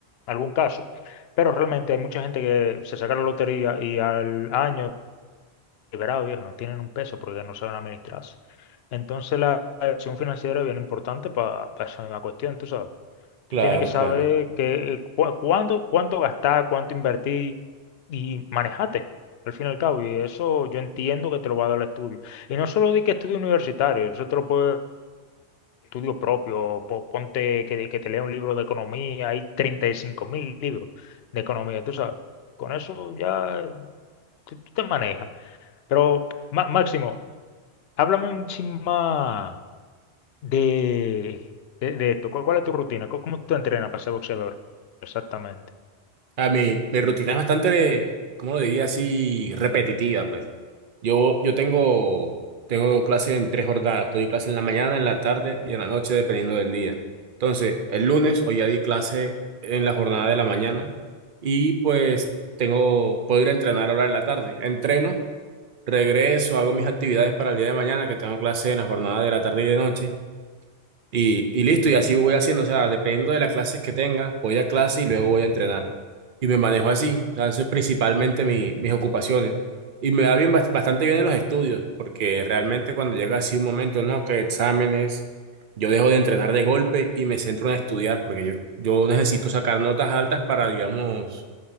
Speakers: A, on the left; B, on the right.
A: algún caso, pero realmente hay mucha gente que se saca la lotería y al año, liberado viejo, no tienen un peso porque no saben administrarse. Entonces la acción financiera es bien importante para esa misma cuestión, tú sabes. Tú
B: Claro,
A: tienes que saber
B: claro.
A: que, eh, cua- cuándo, cuánto gastar, cuánto invertir y manejate, al fin y al cabo. Y eso yo entiendo que te lo va a dar el estudio. Y no solo di que estudio universitario, eso te lo puede estudio propio, po- ponte que, que te lea un libro de economía, hay treinta y cinco mil libros de economía, tú sabes. Con eso ya tú tú te manejas. Pero, Ma- Máximo, háblame un chin más de, de, de esto. ¿Cuál, cuál es tu rutina? ¿Cómo, cómo tú te entrenas para ser boxeador? Exactamente.
B: A mi, mi rutina es bastante, ¿cómo lo diría así? Repetitiva, pues. Yo, yo tengo, tengo clase en tres jornadas. Doy clase en la mañana, en la tarde y en la noche, dependiendo del día. Entonces, el lunes hoy ya di clase en la jornada de la mañana y pues tengo, puedo ir a entrenar ahora en la tarde. Entreno, regreso, hago mis actividades para el día de mañana, que tengo clase en la jornada de la tarde y de noche. Y, y listo,
A: Ujú.
B: y así voy haciendo, o sea, dependiendo de las clases que tenga, voy a clase y luego voy a entrenar. Y me manejo así, o sea, eso es principalmente mi, mis ocupaciones. Y me va bien, bas- bastante bien en los estudios, porque realmente cuando llega así un momento, no, que exámenes, yo dejo de entrenar de golpe y me centro en estudiar, porque yo, yo necesito sacar notas altas para, digamos,